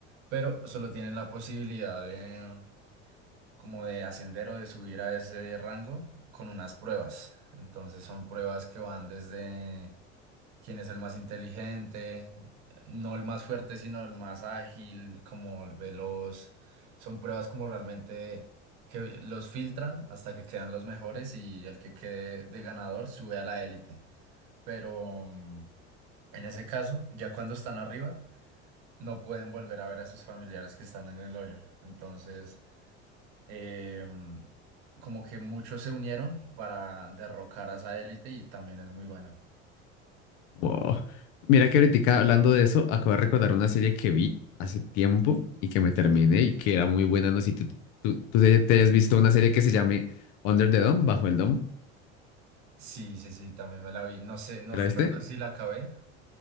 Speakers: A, on the right; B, on the left.
A: pero solo tienen la posibilidad de como de ascender o de subir a ese rango con unas pruebas. Entonces son pruebas que van desde quién es el más inteligente, no el más fuerte, sino el más ágil, como el veloz. Son pruebas como realmente que los filtran hasta que quedan los mejores y el que quede de ganador sube a la élite. Pero mm, en ese caso, ya cuando están arriba, no pueden volver a ver a sus familiares que están en el hoyo. Entonces, em, como que muchos se unieron para derrocar a esa élite y también es muy buena.
B: Wow. Mira que ahorita hablando de eso, acabo de recordar una serie que vi hace tiempo y que me terminé y que era muy buena, no sé si tú, tú, tú te te hayas visto una serie que se llame Under the Dome, Bajo el Domo,
A: Sí, sí, sí, también me la vi. No sé, no
B: ¿la
A: recuerdo
B: viste?
A: si la acabé,